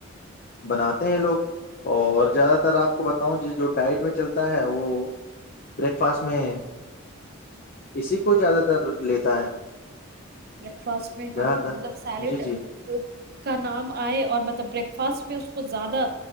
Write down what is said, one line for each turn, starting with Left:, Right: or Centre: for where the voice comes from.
Left: بناتے ہیں لوگ اور زیادہ تر آپ کو جو ڈائٹ میں چلتا ہے وہ بریکفاسٹ میں اسی کو زیادہ تر لیتا ہے
Right: بریک فاسٹ میں
Left: جہاں
Right: ہاں
Left: تک
Right: مطلب سیلڈ
Left: جی جی
Right: کا نام آئے اور مطلب بریک فاسٹ میں اس کو زیادہ